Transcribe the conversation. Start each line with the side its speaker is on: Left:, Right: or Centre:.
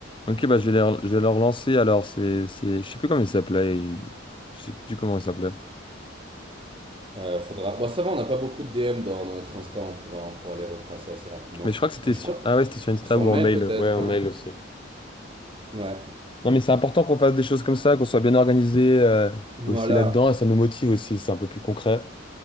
Left: Ok, bah je vais, les- je vais leur lancer. Alors, c'est, c'est, je sais plus comment il s'appelait. ils- Je sais plus du comment il s'appelait.
Right: Euh, faudra... Bon, ça va, on n'a pas beaucoup de DM dans, dans notre Insta, on pourra, on pourra les retracer assez rapidement.
Left: Mais je crois que c'était
Right: Et je
Left: sur...
Right: crois...
Left: Ah ouais, c'était sur Insta
Right: Sur
Left: ou
Right: mail
Left: en mail.
Right: peut-être,
Left: Ouais, en
Right: hein.
Left: mail aussi.
Right: Ouais.
Left: Non, mais c'est important qu'on fasse des choses comme ça, qu'on soit bien organisé euh,
Right: Voilà.
Left: aussi là-dedans, et ça nous motive aussi, c'est un peu plus concret.